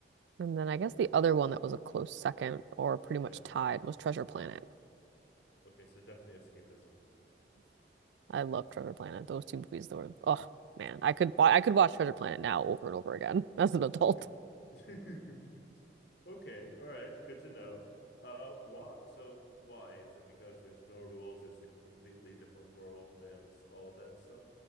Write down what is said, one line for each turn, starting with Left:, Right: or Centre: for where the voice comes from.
Right: And then I guess the other one that was a close second or pretty
Left: Yeah.
Right: much tied was Treasure Planet.
Left: Okay, so definitely escapism.
Right: I love Treasure Planet. Those two movies though were, oh man, I could wa- I could watch Treasure Planet now over and over again <laughs> as an adult.
Left: Okay. <laughs> Okay, all right, good to know. Uh, why? So why is it because there's no rules? It's a completely different world and it's all of that stuff.